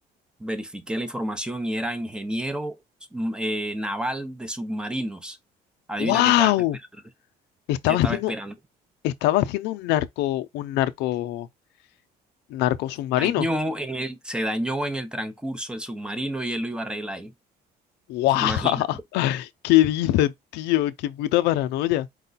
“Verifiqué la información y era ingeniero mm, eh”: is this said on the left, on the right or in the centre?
Centre